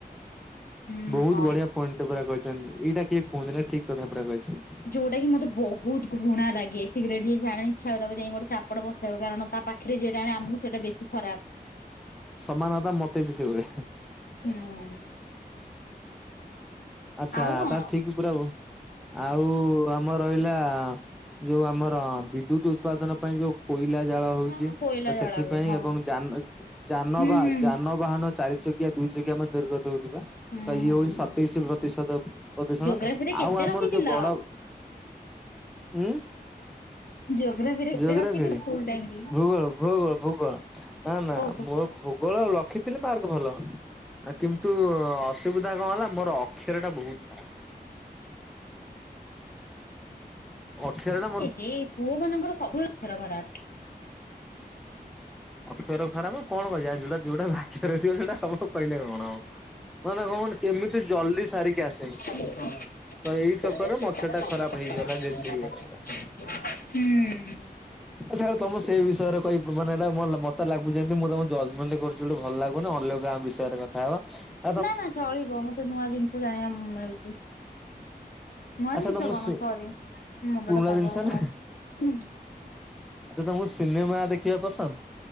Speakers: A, on the left; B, in the centre.
A: ହୁଁ
B: ବହୁତ
A: ହଁ
B: ବଢିଆ ପଏଣ୍ଟ ପୁରା କହିଛନ୍ତି ଏଇଟା କିଏ କୁହନ୍ତି ନା ଠିକ କଥା ପୁରା କହିଛନ୍ତି।
A: ଯୋଉଟା କି ମତେ ବହୁତ ଘୃଣା ଲାଗେ ସିଗ୍ରେଟ ଟିକେ ଆଣେ ଇଚ୍ଛା ହବ ତାକୁ ଯାଇ ଗୋଟେ ଚାପଡା ବସେଇ ହବ କାରଣ ତା ପାଖରେ ପାଖରେ ଯିଏ ଟାଣେ ଆମକୁ ସେଇଟା ବେଶୀ ଖରାପ।
B: ସମାନ କଥା ମତେ ବି ସେଇ ଭଳିଆ।
A: ହୁଁ।
B: ଆଚ୍ଛା
A: ଆଉ କଣ?
B: ତାହେଲେ ଠିକ ପୁରା ହବ। ଆଉ ଆମର ରହିଲା ଯୋଉ ଆମର ବିଦ୍ୟୁତ ଉତ୍ପାଦନ ପାଇଁ ଯୋଉ କୋଇଲା ଜାଳ ହଉଛି
A: ହଁ ହଁ କୋଇଲା
B: ତ
A: ଜଳା
B: ସେଥିପାଇଁ
A: ହୁଏ ହଁ
B: ଏବଂ ଯାନ ଯାନବା
A: ହୁଁ ହୁଁ
B: ଯାନବାହାନ ଚାରି ଚକିଆ ଦୁଇ ଚକିଆ ମାନେ ନିର୍ଗତ ହଉଥିବା।
A: ହୁଁ
B: ତ ଇଏ
A: ହୁଁ
B: ହଉଛି ସତେଇଶ
A: ହୁଁ
B: ପ୍ରତିଶତ ପ୍ରଦୂଷଣ
A: ଜୋଗ୍ରାଫିରେ କେତେ
B: ଆଉ ଆମର
A: ରଖିଥିଲ?
B: ଯୋଉ ବଡ ଉଁ।
A: ଜୋଗ୍ରାଫିରେ ଏତେ
B: ଜୋଗ୍ରାଫି
A: ରଖିଥିଲି
B: ରେ
A: ସ୍କୁଲ ଟାଇମ ରେ।
B: ଭୂଗୋଳ ଭୂଗୋଳ ଭୂଗୋଳ ନା ନା
A: ଓ ଭୂଗୋଳ
B: ମୁଁ ଭୂଗୋଳ ରଖିଥିଲି ମାର୍କ ଭଲ କିନ୍ତୁ ଅସୁବିଧା କଣ ହେଲା ମୋର ଅକ୍ଷରଟା ବହୁତ ଖରାପ। ଅକ୍ଷରଣ
A: ଏ ହେ ପୁଅ ମାନଙ୍କର ସବୁବେଳେ ଅକ୍ଷର ଖରାପ।
B: ଅକ୍ଷର ଖରାପ କଣ କରିବା ଯୋଉଟା ଯୋଉଟା ଭାଗ୍ୟରେ ଥିବ ସେଇଟା ହବ କହିଲେ କଣ ହବ। ମାନେ କଣ କୁହନା କେମିତି ଜଲଦି ସାରିକି ଆସେନି।
A: <inaudible> ହୁଁ।
B: ତ ଏଇ ଚକରରେ ମୋ ଅକ୍ଷର ଟା ଖରାପ ହେଇଗଲା ଡେଲି ହେଇଗଲା ପୁରା। ଆ ସେ ତମେ ସେଇ ବିଷୟରେ କହିବ ମାନେ ହେଲା ମତେ ଲାଗୁ ଯେମତି ମୁଁ ତ ଜଜମେଣ୍ଟ କରୁଛି ଗୋଟେ ଭଲ ଲାଗୁନ ଅଲଗାଁ ବିଷୟରେ କଥା ହେବା।
A: ନା ନା ଚଳିବ ମତେ ନୂଆ ଜିନିଷ ଜାଣିବା ମିଳୁଛି। ନୂଆ
B: ଆଚ୍ଛା
A: ଜିନିଷ
B: ତମକୁ
A: କଣ
B: ସି
A: ସରି ମୁଣ୍ଡଟା
B: ପୁରୁଣା
A: ପାଗଳ
B: ଜିନିଷ
A: ହେଇଗଲାଣି।
B: ନା ଆଚ୍ଛା ତମକୁ ସିନେମା ଦେଖିବା ପସନ୍ଦ?